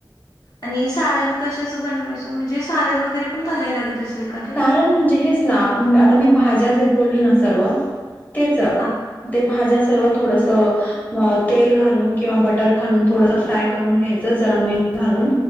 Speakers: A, on the left (about 50°); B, on the left (about 20°).
A: आणि सारण कशाच बनवायचं म्हणजे सारण वगैरे पण घालाय लागत असेल का त्यात?
B: सारण म्हणजे हेच ना आता मी भाज्या जे बोलले ना सर्व. तेच
A: हां
B: ते भाज्या. सर्व थोडस तेल घालून किंवा बटर घालून थोडस फ्राय करून घ्यायचं जरा मीठ. घालून